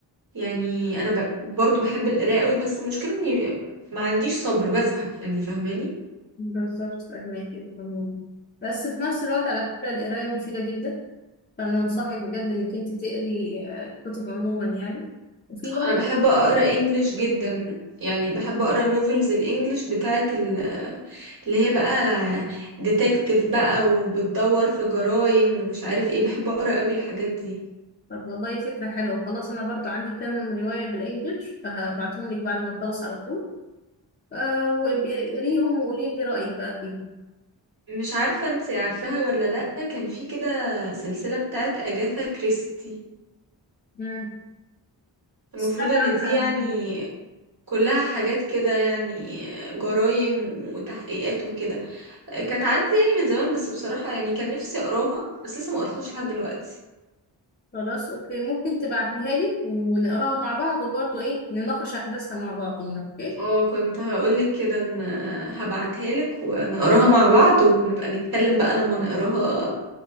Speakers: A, on the right; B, on the left.
A: يعني انا ب... برضو بحب القراية قوي بس المشكلة اني ما عنديش صبر بزهق يعني فاهماني
B: بالظبط فاهماكي تمام. بس في نفس الوقت على فكرة القراية مفيدة جدا فأنا أنصحك بجد إنك أنت تقري آه، الكتب عموما يعني وفي برضه
A: انا بحب اقرا انجليش جدا يعني بحب اقرا النوفلز الانجليش بتاعت ال... اللي هي بقى ديتكتيف بقى وبتدور في جرايم ومش عارف ايه بحب اقرا قوي الحاجات دي
B: طب والله فكرة حلوة خلاص أنا برضو عندي كام رواية بالإنجلش فهبعتهم لك بعد ما أخلص على طول آه، وقريهم وقولي لي رأيك بقى فيهم
A: مش عارفة انت عارفاها ولا لأ كان في كده سلسلة بتاعت أجاثا كريستي
B: مم.
A: المفروض
B: سمعت
A: ان
B: عنها
A: دي يعني
B: قبل كده
A: كلها حاجات كده يعني جرايم وتحقيقات وكده كانت عندي يعني من زمان بس بصراحة يعني كان نفسي اقراها بس لسه ما قرتهاش لحد دلوقتي
B: خلاص اوكي ممكن تبعتيها لي ونقراها مع بعض وبرضه ايه نناقش احداثها مع بعضينا اوكي
A: اه كنت هقولك كده ان هبعتها لك ونقراها مع بعض ونبقى نتكلم بقى لما نقراها